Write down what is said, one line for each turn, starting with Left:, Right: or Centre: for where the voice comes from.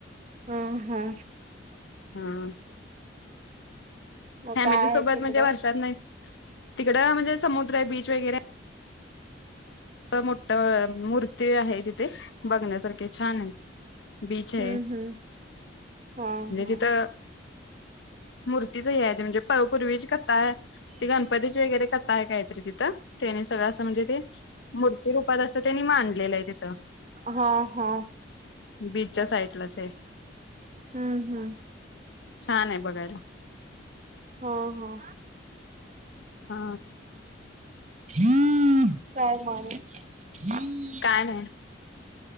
Right: हा हा
Left: हम
Right: मग
Left: फॅमिली
Right: काय
Left: सोबत
Right: आहे तिकडे?
Left: म्हणजे वर्षात नाही तिकड म्हणजे समुद्र आहे बीच वगैरे मोठ मूर्ती आहे तिथे बघण्यासारखे छान आहे बीच आहे
Right: हम्म हम्म. हा
Left: म्हणजे
Right: हा
Left: तिथं मूर्तीच ह आहे त म्हणजे पूर्वीची कथा आहे ती गणपतीची वगैरे कथा आहे काहीतरी तिथं त्यानी सगळं असं म्हणजे ते मूर्तीरूपात अस त्यांनी मां आणलेलं आहे तिथं
Right: हा हा
Left: बीचच्या साईडलाच आहे
Right: हम्म हम्म
Left: छान आहे बघायला
Right: हो हो
Left: हा
Right: हम् काय मार हम्
Left: काय नाही